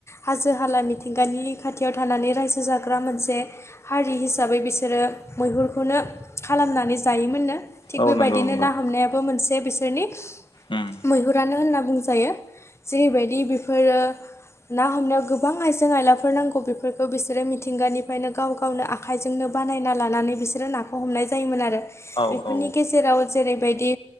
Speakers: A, on the left; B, on the left.
A: हाजो हाला मिथिंगानि। खाथियाव थानानै रायजो जाग्रा मोनसे हारि हिसाबै बिसोरो मैहुरखौनो खालाम खालामनानै जायोमोननो। थिग
B: औ
A: बेबायदिनो
B: नंगौ नंगौ
A: ना हमनायाबो मोनसे बिसोरनि
B: उम
A: मैहुरानो होनना। बुं जायो जेरैबायदि बेफोरो ना हमनायाव गोबां आइजें आइलाफोर नांगौ। बेफोरखौ बिसोरो मिथिंगानिफ्रायनो गाव गावनो आखाइजोंनो बानायना लानानै बिसोरो नाखौ हमनाय जायोमोन आरो।
B: औ
A: बेफोरनि
B: औ
A: गेजेराव। जेरैबायदि